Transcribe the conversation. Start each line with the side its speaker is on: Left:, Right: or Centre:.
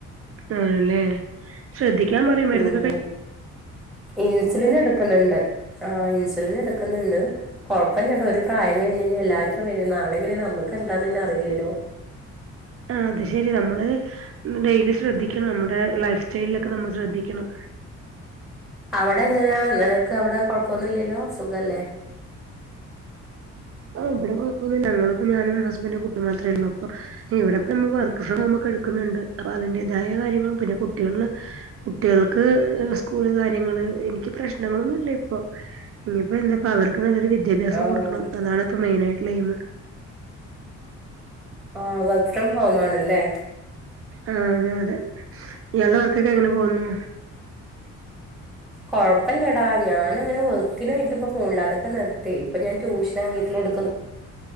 Right: ആണല്ലേ ശ്രദ്ധിക്കാൻ പറയ് മരുന്നോക്കെ
Centre: ഉം
Right: ക
Centre: ഇൻസുലിൻ എടുക്കുന്നുണ്ട് ആഹ് ഇൻസുലിൻ എടുക്കുന്നുണ്ട് കുഴപ്പമില്ല കേട്ടോ ഒരു പ്രായം കഴിഞ് കഴിഞ്ഞാ എല്ലാവർക്കും നാളെയും പിന്നെ നമുക്ക് എന്താന്നെ അറിയില്ലല്ലോ
Right: ആഹ് അത് ശരി നമ്മള് ഡെയ്ലി ശ്രദ്ധിക്കണം നമ്മുടെ ലൈഫ് സ്റ്റൈലിലൊക്കെ നമ്മൾ ശ്രദ്ധിക്കണം
Centre: അവിടെ എങ്ങനെയാ നിനക്ക് അവിടെ കൊഴപ്പോന്നും ഇല്ലല്ലോ സുഖല്ലേ
Right: ആഹ് ഇവിടെകൊഴപ്പന്നില്ല ഞങ്ങളിപ്പോ ഞാനും ഹസ്ബൻഡും കുട്ടി മാത്രേ ഒള്ളൂ അപ്പൊ ഇവിടെ ഇപ്പം നമ്മള് വർക്ക് ഫ്രം ഹോം ക്കെ എടുക്കുന്നുണ്ട് അപ്പൊ അതിന്റേതായ കാര്യങ്ങള് പിന്നെ കുട്ടികളെ കുട്ടികൾക്ക് സ്കൂള് കാര്യങ്ങള് എനിക്ക് പ്രശ്നങ്ങളൊന്നും ഇല്ല ഇപ്പൊ ഇനിപ്പോ എന്താപ്പ അവർക്ക് നല്ലൊരു വിദ്യാഭ്യാസം
Centre: ആണോ
Right: കൊടുക്കണം അതാണ് ഇപ്പം മെയിനായിയിട്ടുള്ള എയിം
Centre: ആഹ് വർക്ക് ഫ്രം ഹോം ആണല്ലേ
Right: ആഹ് അതെ അതെ ഇയാൾടെ വർക്കൊക്കെ എങ്ങനെ പോകുന്നു.
Centre: കൊഴപ്പല്ലടാ. ഞാന് അങ്ങനെ വർക്കിനായിട്ട് ഇപ്പ പോണില്ല അതൊക്കെ നിർത്തി, ഇപ്പൊ ഞാൻ ട്യൂഷനാ വീട്ടിലെടുക്കുന്നു.